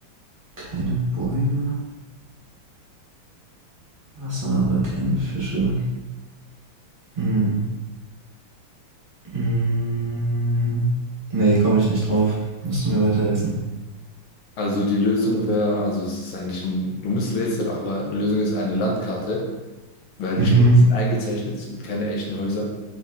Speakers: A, on the right (about 25°); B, on the left (about 80°).
A: keine Bäume, Wasser, aber keine Fische. Hm. Mm, Nee, komme ich nicht drauf. Musst du mir weiterhelfen.
B: Also die Lösung wäre, also es ist eigentlich ein dummes Rätsel, aber die Lösung ist eine Landkarte, weil die
A: Mhm,
B: Städte sind eingezeichnet, es gibt keine echten Häuser.